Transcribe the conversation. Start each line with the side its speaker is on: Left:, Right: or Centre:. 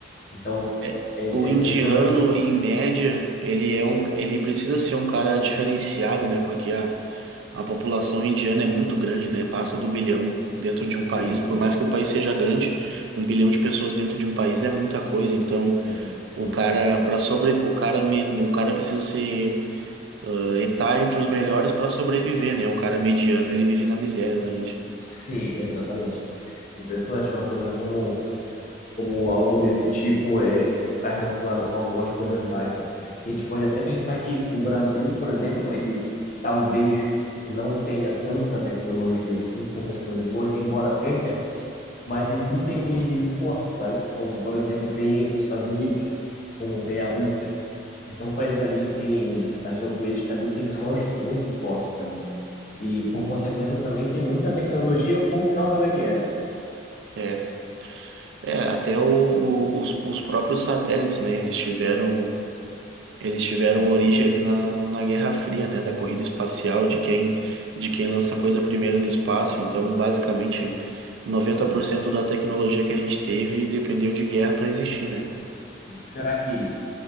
Left: Então,
Right: É,
Left: é,
Right: O indiano,
Left: é impressionante.
Right: em média, ele é um, ele precisa ser um cara diferenciado, né? Porque a, A população indiana é muito grande, né? Passa do bilhão dentro de
Left: Sim,
Right: um país. Por mais que o país seja grande, um bilhão de pessoas dentro de um país é muita coisa. Então,
Left: é muita
Right: o
Left: coisa,
Right: cara
Left: exatamente.
Right: para sobre, o cara men- o cara precisa ser ah, tá entre os melhores para sobreviver, né? O cara mediano ele vive na miséria na Índia.
Left: Sim, exatamente. Impressionante uma coisa como, como algo desse tipo é está relacionado com algumas coisas mais, né? E a gente pode até pensar que o Brasil, por exemplo, ele talvez não tenha tanta tecnologia assim, tantas coisas boas, embora tenha, mas ele não tem um inimigo forte, sabe? Como, por exemplo, tem os Estados Unidos, como tem a Rússia, que são países ali que tem, na geopolítica ali, tensões muito fortes ali. E, por consequência, também tem muita tecnologia por causa da guerra.
Right: É, é até o- o- os, os próprios satélites, né? Eles tiveram Eles tiveram
Left: Sim,
Right: origem
Left: sim.
Right: ali na, na Guerra Fria, né, da corrida espacial, de quem, de quem lança coisa primeiro no espaço. Então, basicamente, noventa
Left: Aham,
Right: por cento da tecnologia que a gente teve dependeu de guerra para existir, né?
Left: sim. Será que